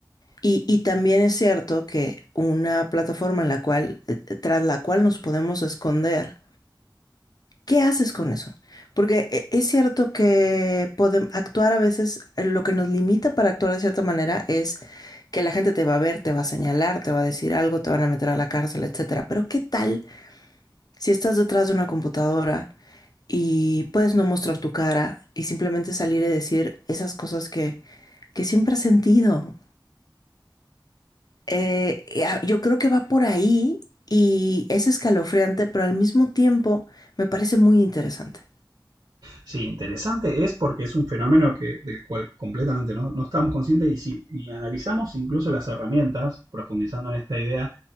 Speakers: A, on the left; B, on the right.
A: Y, y también es cierto que una plataforma en la cual, eh, tras la cual nos podemos esconder, ¿qué haces con eso? Porque eh, es cierto que podem- actuar a veces, eh, lo que nos limita para actuar de cierta manera es que la gente te va a ver, te va a señalar, te va a decir algo, te van a meter a la cárcel, etcétera. Pero ¿qué tal si estás detrás de una computadora y puedes no mostrar tu cara y simplemente salir y decir esas cosas que, que siempre has sentido, Eh, eh, a- yo creo que va por ahí y es escalofriante, pero al mismo tiempo me parece muy interesante.
B: Sí, interesante es porque es un fenómeno que, del cual completamente no, no estamos conscientes y si y analizamos incluso las herramientas, profundizando en esta idea